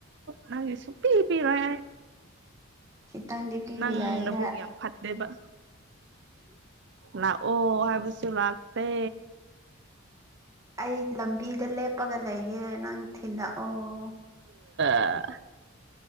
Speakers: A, on the right; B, on the right.
A: ꯅꯪ ꯁꯨꯄꯤ ꯄꯤꯔꯣꯏ
B: ꯈꯤꯇꯪꯗꯤ ꯄꯤꯕ
A: ꯅꯪ
B: ꯌꯥꯏꯗ
A: ꯅꯕꯨꯛ ꯌꯥꯝ ꯐꯠꯇꯦꯕ ꯂꯥꯛꯑꯣ ꯍꯥꯏꯕꯁꯨ ꯂꯥꯛꯇꯦ
B: ꯑꯩ ꯂꯝꯕꯤꯗ ꯂꯦꯞꯄꯒ ꯂꯩꯒꯦ ꯅꯪ ꯊꯤꯟꯂꯛꯑꯣ
A: ꯑ